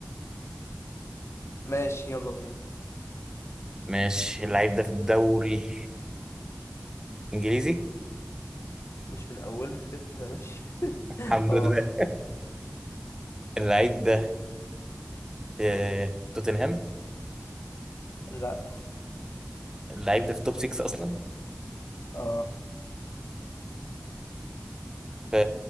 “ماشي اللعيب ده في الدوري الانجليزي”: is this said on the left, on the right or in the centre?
Right